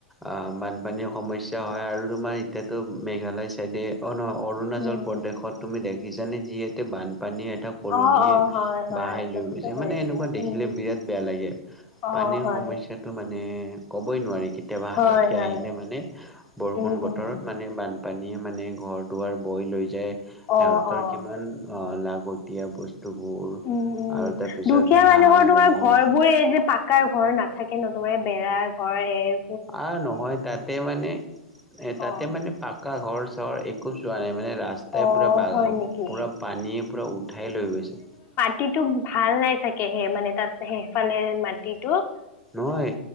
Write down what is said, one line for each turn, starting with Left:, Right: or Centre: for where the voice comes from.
Centre: অ, বানপানীৰ সমস্যা হয় আৰু তোমাৰ এতিয়াতো ম মেঘালয় চাইডে অ, নহ অৰুণাচল
Left: উম
Centre: প্ৰদেশত তুমি দেখিছাানে যিহেতু বানপ পানী এটা কলনীয়ে
Left: অ', অ', হয়, হয়
Centre: বাহাই
Left: তাতোতো
Centre: লৈ গৈ যে
Left: হৈ
Centre: মানে
Left: আছে
Centre: এনেকুৱা দেখিলে
Left: উম,
Centre: বিৰাট বেয়া লাগে
Left: অ',
Centre: পানীৰ
Left: হয়।
Centre: সমস্যাটো মানে ক'বই নোৱাৰি। কেতিয়াবা
Left: হয়,
Centre: হাততকে
Left: হয়,
Centre: আহিলে মানে বৰষুণ
Left: উম,
Centre: বতৰত
Left: উম,
Centre: মানে বান পানীয়ে মানে ঘৰ দুৱাৰ বই লৈ যায় সিহঁতৰ
Left: অ', অ',
Centre: কিমান লাগতীয়া বস্তুবোৰ
Left: উম, উম।
Centre: আৰু তাৰপিছত
Left: দুখীয়া
Centre: হাঁহ,
Left: মানুহৰ তোমাৰ
Centre: মুৰ্গী
Left: ঘৰ বোৰে এই যে পাক কাৰ ঘৰ নাথাকে নতুমে বেৰা ঘৰ হ
Centre: আহ নহয় তাতে মানে এ তাতে
Left: অ',
Centre: মানে পাক এটা ঘৰ চহৰ একো যোৱা নাই মানে ৰাস্তাই
Left: অ',
Centre: পূৰা <unintelligible>
Left: হয় নেকি?
Centre: পূৰা পানীয়ে পুৰা উঠাই লৈ গৈছে।
Left: তিটো ভাল নাই চাগেহে মানে তাত সেইফালে মাটিত
Centre: নহয়